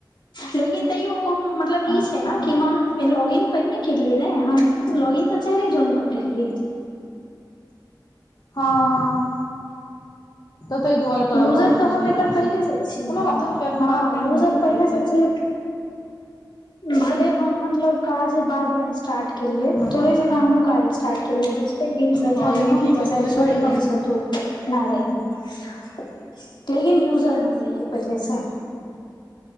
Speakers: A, on the left; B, on the left.
A: लेकिन तैयो ओ हम। मतलब ई
B: अच्छा
A: छै ने कि हम लॉगिन पहिने केलियै ने हम लॉगिन तऽ। चाइरे जून कऽ केलियए।
B: हँ हँ तऽ तहि दुआरे। तोरा
A: यूजर
B: भऽ जेतौ
A: तऽ हम
B: सही
A: एकर
B: बात
A: पहिले
B: छै
A: से छीयै,
B: कोनो बात नहि दू चारि दिन
A: हँ
B: बादे
A: यूजर
B: हमर हेतै तऽ
A: पहिले
B: चलतै
A: से छीयै। भले हम मतलब काज बाद में स्टार्ट। केलियै, तोरे
B: हँ
A: जका हमहू काज स्टार्ट केलियै ब्रहस्पति दिन से
B: हँ
A: शायद
B: लेकिन
A: हम
B: ठीक
A: त
B: छै
A: शायद
B: तू जे
A: शुक्र
B: कही
A: दिन
B: हम
A: से तू। ना रहै, तऽ इ यूजर हम रहियै पहिलेसँ।